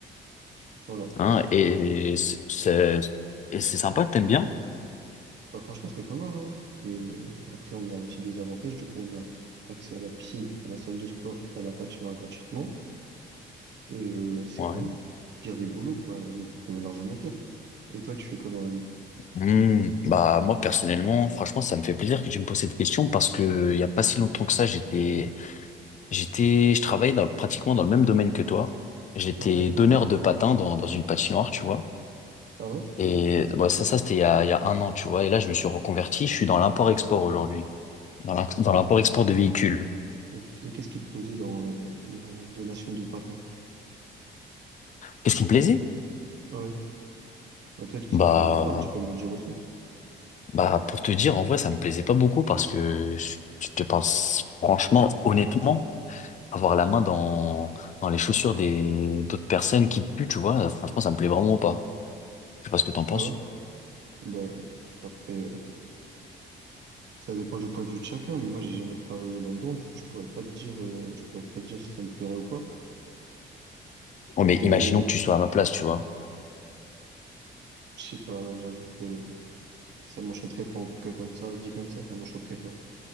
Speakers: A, on the right; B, on the left.
A: Voilà.
B: Hein, et c'est c'est- et c'est sympa, t'aimes bien?
A: Bah, franchement, c'est pas mal, hein, parce que après, on a aussi des avantages. Du coup, on a accès à la piscine, à la salle de sport et à la patinoire gratuitement. Et euh, c'est
B: Ouais.
A: pas le pire des boulots, quoi. On peut trouver largement pire. Et toi, tu fais quoi dans la vie?
B: Hmm, bah moi personnellement, franchement, ça me fait plaisir que tu me poses cette question parce que il y a pas si longtemps que ça, j'étais J'étais, je travaillais dans, pratiquement dans le même domaine que toi. J'étais
A: Ah Ouais.
B: donneur de patins dans, dans une patinoire, tu vois.
A: Ah ouais?
B: Et bon, ça, ça c'était il y a, il y a un an, tu vois. Et là, je me suis reconverti. Je suis dans l'import-export aujourd'hui, dans l'in- dans
A: Ok.
B: l'import-export de véhicules.
A: Et, et qu'est-ce qui te plaisait dans euh, la donation de patins?
B: Qu'est-ce qui me plaisait?
A: Ouais. Bah, peut-être que
B: Bah,
A: ça te plaisait pas, hein, tu peux me le dire aussi.
B: bah, pour te dire, en vrai, ça me plaisait pas beaucoup parce que je, je te parle s- franchement, honnêtement, avoir la main dans, dans les chaussures des, d'autres personnes qui puent, tu vois, franchement, ça me plaît vraiment pas. Je sais pas ce que t'en penses.
A: Ah ouais? Bah, enfin, après, euh, ça dépend du point de vue de chacun, mais moi, j'ai jamais travaillé là-dedans, du coup, je pourrais pas te dire, euh, je pourrais pas te dire si ça me plairait ou pas.
B: Oh, mais imaginons
A: Et euh,
B: que tu sois à ma place, tu vois.
A: je sais pas, ouais, j'avoue que ça m'enchanterait pas, en tout cas, comme ça, dit comme ça, ça m'enchanterait pas.